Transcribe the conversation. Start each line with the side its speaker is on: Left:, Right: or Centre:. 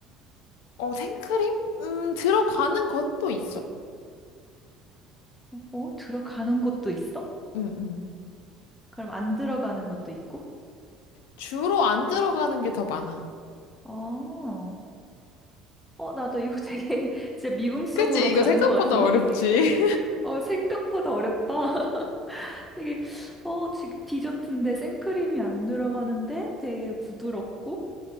Left: 어, 생크림? 음, 들어가는 것도 있어.
Centre: 어, 들어가는 것도 있어?
Left: 응, 응.
Centre: 그럼 안 들어가는 것도 있고?
Left: 주로 안 들어가는 게 더 많아.
Centre: 어, 어, 나도 이거 되게 <laughs> 진짜 미궁 속으로
Left: 그치? 이거
Centre: 가는
Left: 생각보다
Centre: 것 같은데?
Left: 어렵지?
Centre: <laughs> 어, 생각보다 어렵다. <laughs> 되게, 어, 지- 디저트인데 생크림이 안 들어가는데 되게 부드럽고?